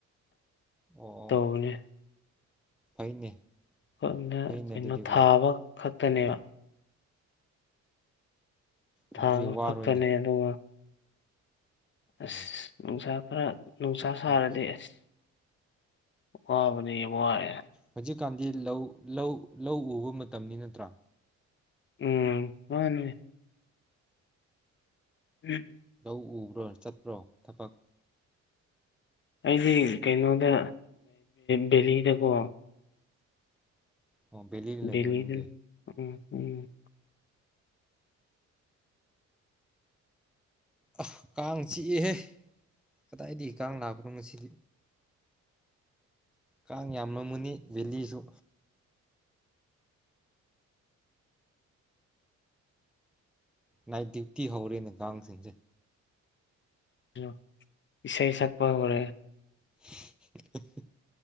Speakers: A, in the centre; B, on the left.
A: ꯑꯣ
B: ꯇꯧꯕꯅꯦ
A: ꯐꯩꯅꯦ
B: ꯑꯩꯈꯣꯏꯅ
A: ꯐꯩꯅꯦ
B: ꯀꯩꯅꯣ
A: ꯑꯗꯨꯗꯤꯀꯣ
B: ꯊꯥꯕ ꯈꯛꯇꯅꯦꯕ ꯊꯥ
A: ꯑꯗꯨꯗꯤ ꯋꯥꯔꯣꯏꯅꯦ
B: ꯈꯛꯇꯅꯦ ꯑꯗꯨꯒ ꯑꯁ
A: ꯎꯝ
B: ꯅꯨꯡꯁꯥ ꯈꯔ ꯅꯨꯡꯁꯥ
A: ꯑꯣꯀꯦ
B: ꯁꯥꯔꯗꯤ
A: ꯑꯣꯀꯦ
B: ꯑꯁ ꯋꯥꯕꯗꯤ ꯋꯥꯔꯦ
A: ꯍꯧꯖꯤꯛꯀꯥꯟꯗꯤ ꯂꯧ ꯂꯧ ꯂꯧ ꯎꯕ ꯃꯇꯝꯅꯤ ꯅꯠꯇ꯭ꯔꯥ
B: ꯎꯝ ꯃꯥꯅꯤ ꯎꯝ
A: ꯂꯧ ꯎꯕ꯭ꯔꯣ ꯆꯠꯄ꯭ꯔꯣ ꯊꯕꯛ
B: ꯑꯩꯗꯤ ꯀꯩꯅꯣꯗ ꯕꯦꯂꯤꯗꯀꯣ
A: ꯑꯣ ꯕꯦꯂꯤꯗ
B: ꯕꯦꯂꯤꯗ
A: ꯂꯩꯕ꯭ꯔꯥ ꯅꯪꯗꯤ
B: ꯎꯝ ꯎꯝ
A: ꯑ ꯀꯥꯡ ꯆꯤꯛꯌꯦꯍꯦ ꯀꯗꯥꯏꯗꯒꯤ ꯀꯥꯡ ꯂꯥꯛꯄꯅꯣ ꯁꯤ ꯀꯥꯡ ꯌꯥꯝꯂꯝꯒꯅꯤ ꯕꯦꯂꯤꯁꯨ ꯅꯥꯏꯠ ꯗ꯭ꯌꯨꯇꯤ ꯍꯧꯔꯦꯅꯦ ꯊꯥꯡꯁꯤꯡꯁꯦ
B: ꯑꯝ ꯢꯁꯩ ꯁꯥꯛꯄ ꯍꯧꯔꯦ
A: <unintelligible>